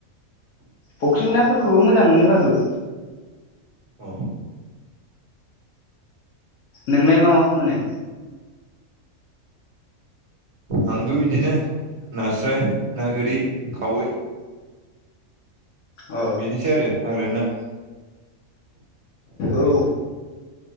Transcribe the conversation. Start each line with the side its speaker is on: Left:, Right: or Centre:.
Left: फुख्रि नाफोरखौबो मोजां मोनो बारु।
Right: औ।
Left: नोंलाय मा माखौ मोनो?
Right: आंबो बिदिनो नास्राय ना, गोरि, खावै
Left: अ
Right: बिनोसै आरो हाग्रानि ना।
Left: औ।